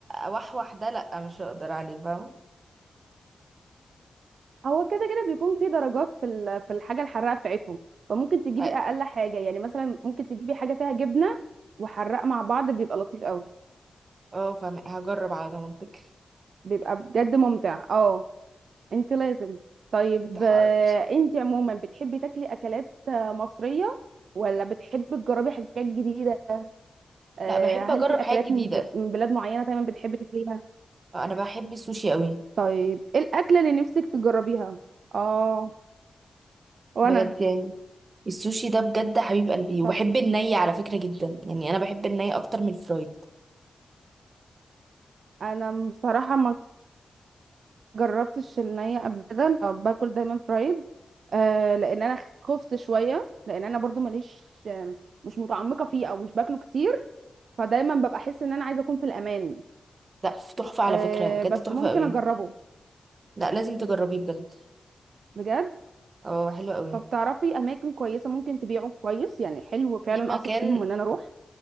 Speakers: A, on the right; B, on the right.
A: اوحوح ده لا مش هقدر عليه فاهمة
B: هو كده كده بيكون في درجات في ال- في الحاجه الحراقه بتاعتهم فممكن تجيبي
A: اه
B: اقل حاجه يعني مثلا ممكن تجيبي حاجه فيها جبنه وحراق مع بعض بيبقى لطيف قوي
A: آه، فاهمة هجرب على ضمانتك
B: بيبقى بجد ممتع اه انت لازم طيب
A: انت حاضر
B: آه، انت عموما بتحبي تاكلي اكلات آه، مصريه ولا بتحبي تجربي حاجات جديده آه،
A: لا بحب
B: هل
A: اجرب
B: في
A: حاجات
B: اكلات
A: جديدة
B: من ب- من بلاد معينه دايما بتحبي تاكليها
A: آه، انا بحب السوشي قوي
B: طيب ايه الاكله اللي نفسك تجربيها اه وانا
A: بجد يعني السوشي ده بجد حبيب قلبي وبحب
B: طب
A: الني على فكرة جدا يعني انا بحب الني اكتر من الفرايد
B: انا بصراحه ما جربتش النية قبل كده أنا باكل دايما فرايد آه لان انا خفت شويه لان انا برضو ماليش آه، مش متعمقه فيه او مش باكله كتير فدايما ببقى احس ان انا عايزه اكون في الامان
A: لا تحفة على
B: آه
A: فكرة بجد
B: بس
A: تحفة
B: ممكن
A: قوي
B: اجربه
A: لا لازم تجربيه بجد
B: بجد
A: اه حلو قوي
B: فبتعرفي اماكن كويسه ممكن تبيعه كويس يعني حلو فعلا
A: في مكان
B: اثق فيهم ان انا اروح